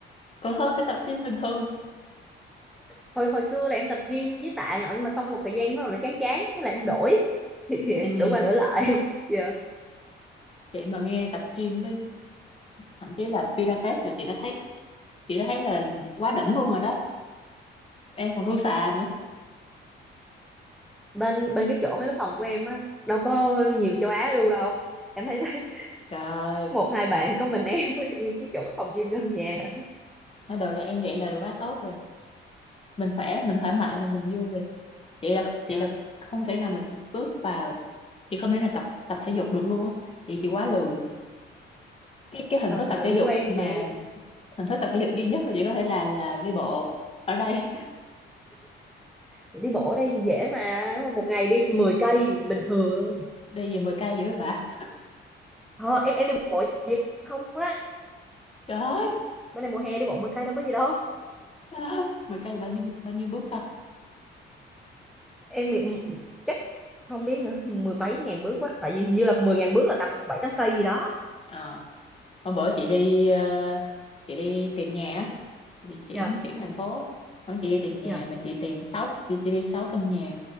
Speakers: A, on the left; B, in the centre.
A: Còn hơn cái tập gym bình thường.
B: hồi hồi xưa là em tập gym với tạ nhỏ nhưng mà xong một thời gian nó rồi nó chán chán thế là em đổi <laughs> thì
A: Ừ,
B: đổi qua đổi lại dạ
A: chị mà nghe tập gym với thậm chí là Pilates là chị đã thấy chị đã thấy là quá đỉnh luôn rồi đó. Em còn đu xà nữa.
B: bên bên cái chỗ mấy cái phòng của em á đâu có nhiều châu Á đu đâu em thấy <laughs>
A: Trời ơi,
B: một hai bạn có mình em với nguyên cái chỗ cái phòng gym gần nhà
A: nói đồ này em vậy là quá tốt rồi. Mình khỏe, mình khỏe mạnh là mình vui rồi. Chị là chị
B: Dạ.
A: là không thể nào mà chị bước vào chị không thể nào tập tập thể dục được luôn á. Chị chị quá lười. Cái cái hình
B: tập
A: thức
B: từ
A: tập
B: từ
A: thể dục
B: quen
A: mà
B: rồi chị
A: hình thức tập thể dục duy nhất mà chị có thể làm là đi bộ ở đây
B: đi bộ ở đây thì dễ mà Nếu mà một ngày đi 10 cây bình thường
A: đi về mười cây dữ vậy bà
B: Ờ, em em đi bộ vậy không á
A: trời ơi
B: bên này mùa hè đi bộ 10 cây đâu có gì đâu
A: trời ơi 10k là bao nhiêu bao nhiêu bước ta
B: em nghĩ- chắc không biết nữa mười mấy ngàn bước quá tại vì hình như là 10 ngàn bước là tầm bảy tám cây gì đó
A: ờ hôm bữa chị đi ờ, chị đi tìm nhà á, chị chuyển
B: dạ
A: chuyển thành phố hôm chị đi tìm nhà
B: dạ
A: mà chị tìm sáu chị, chị đi sáu căn nhà